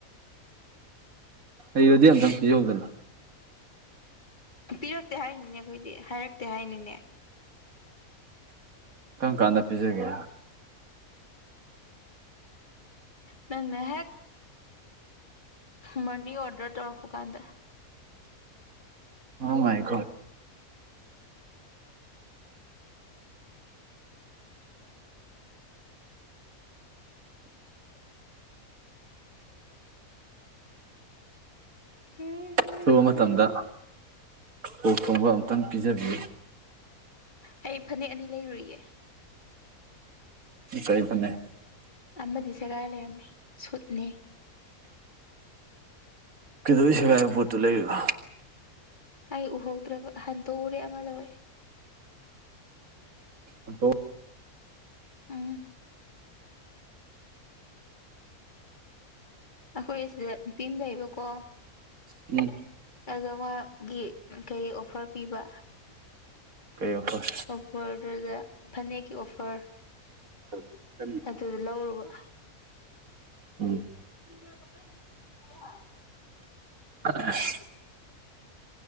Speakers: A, on the right; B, on the left.
A: ꯍꯩꯔꯗꯤ ꯑꯝꯇꯪ ꯄꯤꯖꯧꯗꯅ
B: ꯄꯤꯔꯛꯇꯦ ꯍꯥꯏꯅꯤꯅꯦ ꯑꯩꯈꯣꯏꯗꯤ ꯍꯥꯏꯔꯛꯇꯦ ꯍꯥꯏꯅꯤꯅꯦ
A: ꯀꯔꯝ ꯀꯥꯟꯗ ꯄꯤꯖꯒꯦ
B: ꯅꯪ ꯍꯦꯛ ꯃꯅꯤ ꯑꯣꯔꯗꯔ ꯇꯧꯔꯛꯄ ꯀꯥꯟꯗ
A: ꯑꫭ ꯃꯥꯏ ꯒꫭꯠ
B: ꯎꯝ ꯎꯝ
A: ꯑꯊꯨꯕ ꯃꯇꯝꯗ
B: ꯎꯝ
A: ꯄꫭꯛ ꯊꯣꯡꯕ ꯑꯝꯇꯪ ꯄꯤꯖꯕꯤꯌꯨ
B: ꯑꯩ ꯐꯅꯦꯛ ꯑꯅꯤ ꯂꯩꯔꯨꯏꯌꯦ
A: ꯆꯩ ꯐꯅꯦꯛ
B: ꯑꯃꯗꯤ ꯁꯦꯒꯥꯏ ꯂꯩꯔꯝꯃꯦ ꯁꯨꯠꯅꯦ
A: ꯀꯩꯗꯧꯕꯩ ꯁꯦꯒꯥꯏꯕ ꯄꯣꯠꯇꯣ ꯂꯩꯔꯤꯕ
B: ꯑꯩ ꯎꯍꯧꯗ꯭ꯔꯕ ꯍꯟꯇꯣꯛꯎꯔꯦ ꯑꯃ ꯂꯧꯔꯦ
A: ꯗꯣ
B: ꯎꯝ ꯑꯩꯈꯣꯏ ꯑꯁꯤꯗ ꯅꯨꯄꯤ ꯑꯃ ꯂꯩꯕꯀꯣ
A: ꯎꯝ
B: ꯑ ꯃꯥꯒꯤ ꯀꯩ ꯑꯣꯐꯔ ꯄꯤꯕ
A: ꯀꯩ ꯑꫭꯐꯔ
B: ꯑꯣꯐꯔ ꯐꯅꯦꯛ ꯀꯤ ꯑꯣꯐꯔ
A: <unintelligible>
B: ꯑꯗꯨꯗꯥ ꯂꯧꯔꯨꯕ
A: ꯎꯝ
B: <unintelligible>
A: <unintelligible>